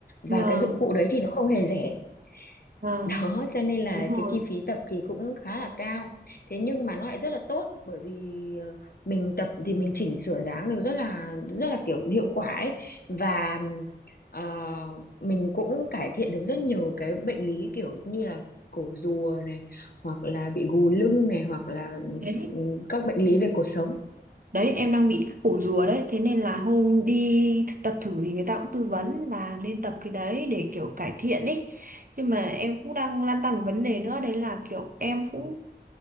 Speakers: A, on the right (about 50°); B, on the left (about 60°).
A: vâng
B: và cái dụng cụ đấy thì nó không hề rẻ
A: vâng
B: đó cho nên là
A: đúng rồi
B: cái chi phí tập thì cũng khá là cao thế nhưng mà nó lại rất là tốt bởi vì ờ, mình tập thì mình chỉnh sửa dáng được rất là rất là kiểu hiệu quả ấy và ờ, mình cũng cải thiện được rất nhiều cái bệnh lý kiểu như là cổ rùa này hoặc là bị gù lưng này hoặc là
A: Đấy.
B: ừ, các bệnh lý
A: Ừ.
B: về cột sống
A: Đấy em đang bị cái cổ rùa đấy Thế nên là hôm đi tập thử thì người ta cũng tư vấn là nên tập cái đấy để kiểu cải thiện ý Nhưng mà em cũng đang lăn tăn một vấn đề nữa Đấy là kiểu em cũng